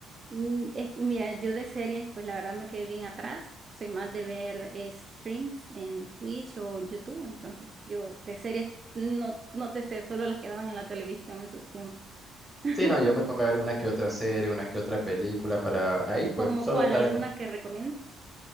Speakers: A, on the right (about 40°); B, in the centre.
A: Mm, Es que, mira, yo de series, pues la verdad me quedé bien atrás. Soy más de ver eh, streams en Twitch o en YouTube. Entonces, yo de series no, no te sé, solo las que daban en la televisión en sus tiempos. <laughs>
B: Sí, no, yo me pongo a ver una que otra serie, una que otra película para ahí, pues
A: ¿Como
B: solo
A: cuál?
B: estar
A: ¿Alguna que recomiendes?